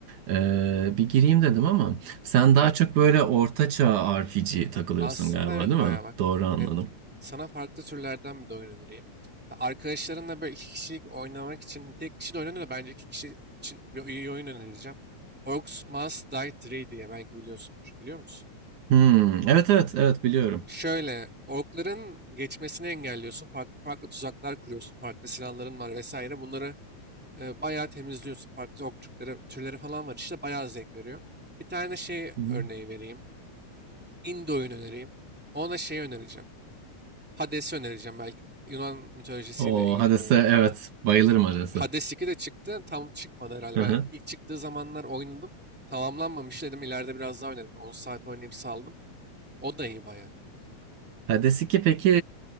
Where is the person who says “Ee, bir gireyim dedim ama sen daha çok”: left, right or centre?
Right